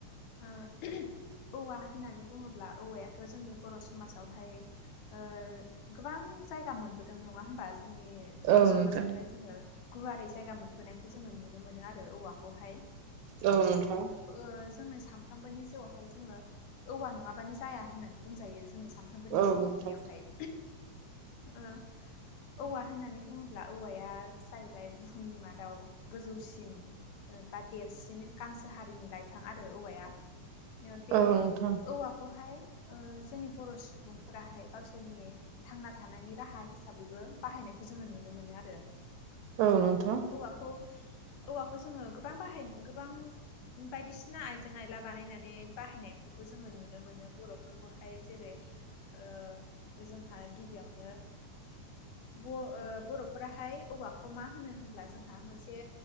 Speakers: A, on the left; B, on the right.
A: ओ औवा होननानै बुङोब्ला औवायाथ' जोंनि बर' समाजावहाय ओ गोबां जायगा मोनबोदों नङा होमबा। जोंनि जोंनि
B: औ
A: समाजावहाय
B: नोंथां
A: जोङो गुवारै जायगा मोनबोनायखौ जोङो नुनो मोनो आरो औवाखौहाय।
B: औ नोंथां
A: ओ जोंनि सानफ्रामबोनि जिउआवहाय जोङो औवा नङाबानो जाया होननानै बुंजायो। जोंनि सानफ्रामबोनि
B: औ
A: जिउ
B: नोंथां
A: खुंनायावहाय ओ औवा होननानै बुङोब्ला औवाया जाहैबाय बुहुमनि मादाव गोजौसिन बा देरसिननो गांसो। हारिनि लाइफां आरो औवाया बे
B: औ नोंथां
A: औवा खौहाय ओ जोंनि बर' सुबुंफोराहाय गावसोरनि थांना थानायनि राहा हिसाबैबो बाहायनायखौ जोङो नुनो मोनो आरो।
B: औ नोंथां
A: औवाखौ औवाखौ जोङो गोबां बाहायनो गोबां बायदिसिना आइजें आयला बानायनानै बाहायनायफोरखौ जोङो नुनो मोनो बर'फोरखौहाय जेरै ओ जोंहा गिबियावनो ओ बर'फोराहाय औवाखौ मा होनो होनब्ला जोंहा मोनसे